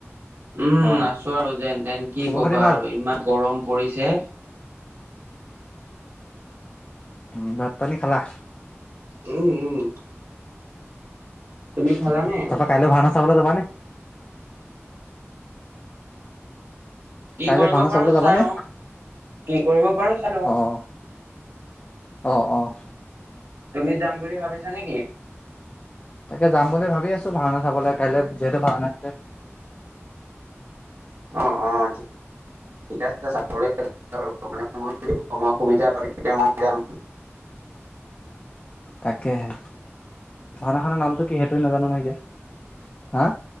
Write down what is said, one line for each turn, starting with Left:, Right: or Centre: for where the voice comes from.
Right: উম,
Left: অ
Right: আছো আৰু যেন তেন কি
Left: খবৰ
Right: কবা
Left: খাতি ভাল
Right: আৰু ইমান গৰম পৰিছে।
Left: উম, ভাত পানী খালা?
Right: উম, উম। তুমি খালানে?
Left: তাৰপা কাইলৈ ভাওনা চাবলৈ যাবানে?
Right: কি
Left: কাইলৈ
Right: কৰিব
Left: ভাওনা
Right: পাৰো
Left: চাবলৈ যাবা
Right: চাই
Left: নে?
Right: লওঁ কি কৰিব পাৰো চাই লওঁ
Left: আহ, আহ।
Right: তুমি যাম বুলি ভাবিছা নেকি?
Left: তাকে যাম বুলি ভাবি আছো ভাওনা চাবলৈ কাইলে যিহেতু ভাওনা আছে।
Right: অ, অ ঠিক আছে চাকৰি মান মই যদি সময় সুবিধা পা তেতিয়া মই যাম।
Left: তাকেহে। ভাওনা খনৰ নামটো কি সেইটোৱে নাজানো নহয় এতিয়া হা